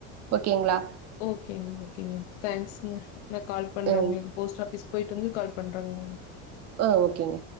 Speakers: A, on the right; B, on the left.
A: ஓகேங்களா
B: ஓகேங்க ஓகேங்க தேங்க்ஸ்ங்க. நா கால் பண்ற
A: அ
B: உங்களுக்கு போஸ்ட் ஆபிஸ் போயிட்டு வந்து. கால் பண்றாங்க
A: ஆஹ் ஓகேங்க.